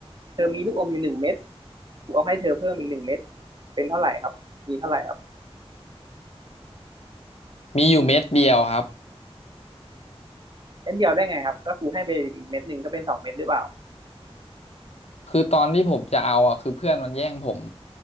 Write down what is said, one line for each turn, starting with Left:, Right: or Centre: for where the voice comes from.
Right: เธอมีลูกอมอยู่หนึ่งเม็ดกูเอาให้เธอเพิ่มอีกหนึ่งเม็ดเป็นเท่าไหร่ครับมีเท่าไหร่ครับ
Left: มีอยู่เม็ดเดียวครับ
Right: เม็ดเดียวได้ไงครับก็ครูให้ไปอีกเม็ดหนึ่งก็เป็นสองเม็ดหรือเปล่า
Left: คือตอนที่ผมจะเอาอ่ะคือเพื่อนมันแย่งผม